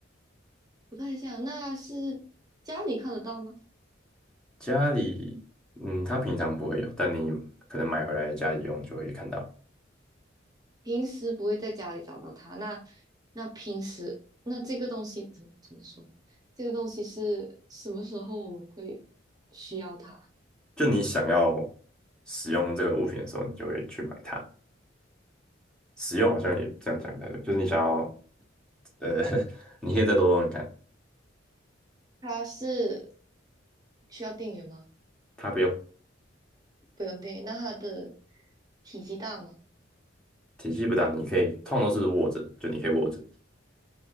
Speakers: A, on the right (about 20°); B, in the centre.
A: 不太像，那是家里看得到吗？
B: 家里，嗯，它平常不会有，但你可能买回来家里用就会看到。
A: 平时不会在家里找到它。那那平时那这个东西怎么怎么说？这个东西是什么时候我们会需要它？
B: 就你想要使用这个物品的时候，你就会去买它。使用好像也这样讲才对，就是你想要，呃，<laughs> 你可以再多用用看，
A: 它是需要电源吗？
B: 它不用，
A: 不用定义那它的体积大吗？
B: 体积不大，你可以通常都是握着，就你可以握着，